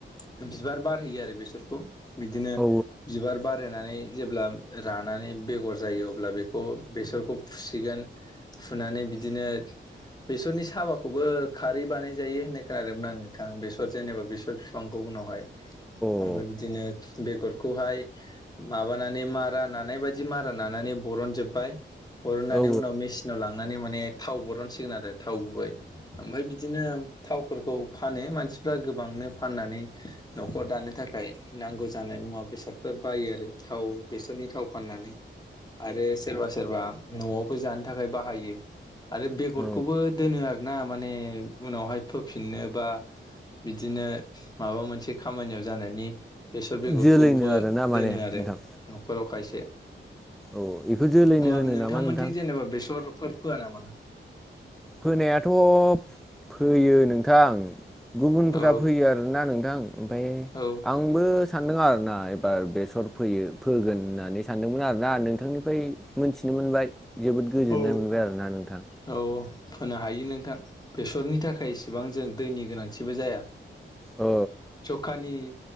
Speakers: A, on the left; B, in the centre.
A: बिबार बारहैयो आरो बेसरखौ। बिदिनो
B: औ
A: बिबार बारहोनानै। जेब्ला रानानै बेगर जायो अब्ला बेखौ बेसरखौ फुसिगोन। फुनानै बिदिनो। बेसरनि साबाखौबो खारै बानाय जायो होननाय खोनादोंमोन आं नोंथां बेसर जेनेबा बेसर बिफांखौ उनावहाय। ओमफ्राय
B: उनावहाय
A: बिदिनो बेगरखौहाय माबानानै मारा नानाय बायदि मारा नानानै बरनजोब्बाय। बर'नानै
B: बिदिनो बेगरखौहाय फुनानै मेसिनाव लांनानै माने थाव बरनसिगोन आरो थाव गुबै ओमफ्राय बिदिनो
A: उनाव नाव लांनानै माने थाव बरनसिगोन आरो थाव गुबै ओमफ्राय बिदिनो थावफोरखौ फानो मानसिफ्रा गोबांनो फाननानै न'खर दानो थाखाय नांगौ जानाय मुवा बेसादफोर बायो। आरो थाव बेसरनि थाव फाननानै। आरो सोरबा सोरबा न'आवबो जानो थाखाय बाहायो। आरो बेगरखौबो
B: औ
A: दोनो आरो ना माने उनावहाय फोफिननो बा बिदिनो माबा मोनसे खामानियाव जानायनि बेसर बेगरखौबो
B: जोलैनो आरोना
A: दोनो
B: माने
A: आरो
B: नोंथां
A: न'खराव खायसे
B: औ बेखौ जोलैनो
A: होमबा
B: होनो
A: नोंथांमोनिथिं
B: नामा नोंथां?
A: जेनेबा बेसरफोर फोया नामा?
B: फोनायाथ' फोयो नोंथां गुबुनफोरा
A: औ
B: फैयो आरोना नोंथां ओमफ्राय
A: औ
B: आंबो सानदों आरो बो एबार बेसर फोयो फोगोन होननानै सानदोंमोन आरोना। नोंथांनिफ्राय मोनथिनो मोनबाय जोबोद गोजोननाय
A: औ
B: मोनबाय आरोना नोंथां।
A: औ फोनो हायो नोंथां। बेसरनि थाखाय इसेबां जों दैनि गोनांथिबो जाया।
B: औ
A: जखानि